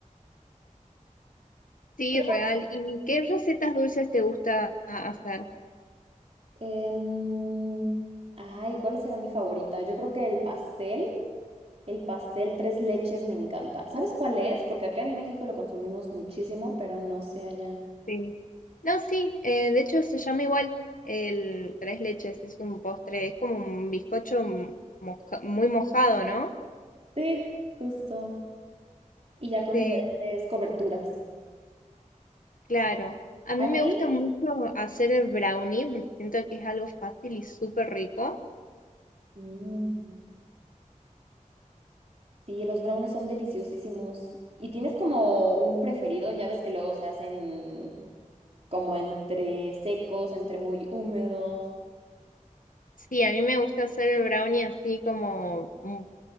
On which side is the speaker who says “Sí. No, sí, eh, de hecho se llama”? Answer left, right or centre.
Left